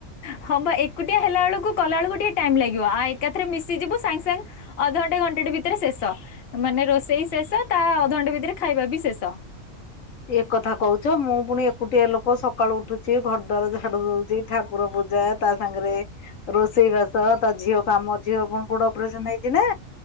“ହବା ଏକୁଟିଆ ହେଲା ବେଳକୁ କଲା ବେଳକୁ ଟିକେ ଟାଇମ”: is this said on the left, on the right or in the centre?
Left